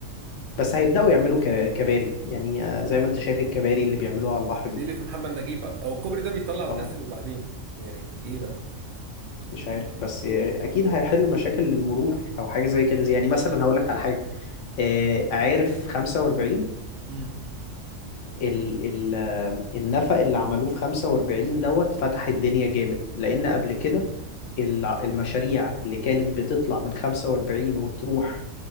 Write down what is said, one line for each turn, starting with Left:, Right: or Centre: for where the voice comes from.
Left: بس هيبدأوا يعملوا كا- كباري يعني آه، زي ما انت شايف الكباري اللي بيعملوها على البحر دي
Right: ليه في محمد نجيب بقى هو الكوبري ده بيطلع وينزل
Left: اه
Right: وبعدين يعني ايه بقى
Left: مش عارف بس اكيد هيحل مشاكل المرور او حاجه زي كده يعني مثلا هقول لك على حاجه آه، عارف 45
Right: امم
Left: ال ال آه، النفق اللي عملوه في 45 دوت فتح الدنيا جامد لان قبل كده الع- المشاريع اللي كانت بتطلع من 45 وتروح